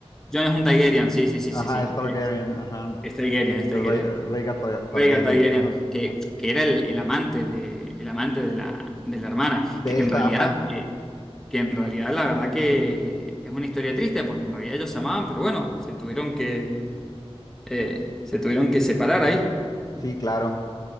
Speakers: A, in the centre; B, on the left (about 35°).
A: Jon es un Targaryen, sí, sí, sí,
B: ajá,
A: sí, sí.
B: es Targaryen,
A: Es,
B: ajá.
A: es Targaryen, es Targaryen.
B: Rey- Rhaegar Tar- Targaryen,
A: Rhaegar Targaryen,
B: ajá.
A: que, que era el, el amante de, el amante de la, de la hermana,
B: De
A: que en
B: esta,
A: realidad,
B: ajá,
A: eh, que en realidad la verdad que es una historia triste, porque en realidad ellos se amaban, pero bueno, se tuvieron que, eh, se tuvieron que separar ahí.
B: sí, claro.